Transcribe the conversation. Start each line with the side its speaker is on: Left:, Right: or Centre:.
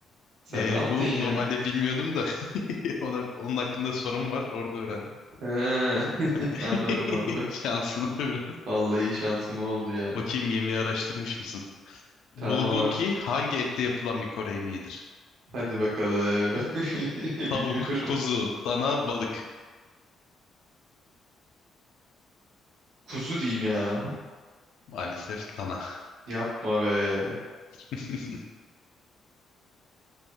Right: Sen
Left: Ee,
Right: ne yaptın
Left: bu
Right: ya?
Left: normalde bilmiyordum da <laughs> ona, onun hakkında sorum var. Orada öğrendim.
Right: He, <laughs>
Left: <laughs>
Right: anladım abi.
Left: Şansına biraz.
Right: Vallahi şansım oldu ya.
Left: Bakayım yemeği araştırmış mısın? Bulgogi
Right: Tamam abi.
Left: hangi ette yapılan bir Kore yemeğidir?
Right: Hadi bakalım. <laughs>
Left: Tavuk,
Right: Bilmiyorum.
Left: kuzu, dana, balık.
Right: Kuzu diyeyim ya.
Left: Maalesef dana.
Right: Yapma be.
Left: <laughs>